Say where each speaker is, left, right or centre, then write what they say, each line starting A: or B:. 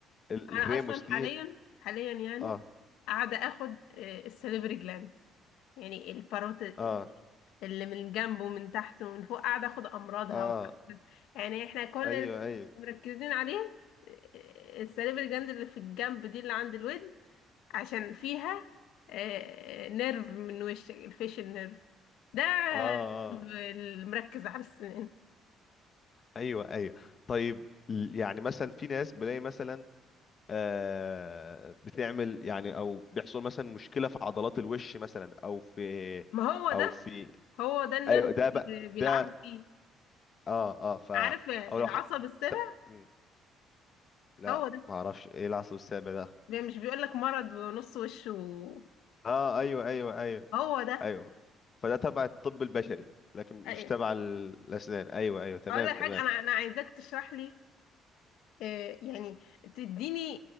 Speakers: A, on the left; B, on the left.
A: ال-
B: انا
A: الريموس
B: اصلا
A: دي
B: حاليا حاليا يعني
A: اه
B: قاعده اخد السليفري جلاند يعني الباروت
A: اه
B: اللي من جنب ومن تحت ومن فوق قاعدة اخد امراضها
A: اه
B: وقاعدة- يعني احنا كل
A: ايوه
B: اللي
A: ايوه
B: مركزين عليه آه، السليب الجند اللي في الجنب دي اللي عند الودن عشان فيها آه، نيرف من وشك الفيشل نيرف ده
A: اه اه
B: الطب اللي مركز على السنان
A: ايوه ايوه طيب ال- يعني مثلا في ناس بلاقي مثلا آه بتعمل يعني او بيحصل مثلا مشكله في عضلات الوش مثلا او في
B: ما هو
A: او
B: ده
A: في
B: هو ده النيرف
A: ايوه ده بقى
B: اللي بيلعبوا
A: ده
B: فيه
A: اه اه ف
B: عارف العصب
A: او لو ح...
B: السابع
A: ت... م، لا
B: هو ده
A: ما اعرفش ايه العصب السابع ده
B: مش بيقولك مرض ونص وش و...
A: اه ايوه ايوه ايوه
B: هو ده
A: ايوه فده تبع الطب البشري لكن مش
B: أيوة.
A: تبع ال- الاسنان ايوه ايوه تمام
B: اقول لك
A: تمام
B: حاجه انا انا عايزاك تشرح لي آه، يعني تديني